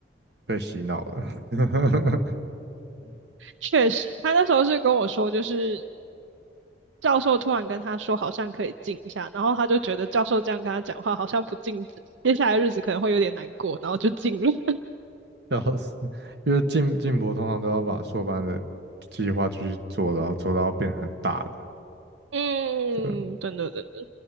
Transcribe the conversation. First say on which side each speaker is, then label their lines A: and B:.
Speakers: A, on the right; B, on the right.
A: 被洗脑了，<laughs>
B: <laughs> 确实，他那时候是跟我说，就是教授突然跟他说好像可以静一下，然后他就觉得教授这样跟他讲话好像不静止，接下来日子可能会有点难过，然后就静了。<laughs>
A: 笑死，因为静静博通常都要把硕班的计划继续做，然后做到变很大的。
B: 嗯，
A: 对。
B: 真的真的。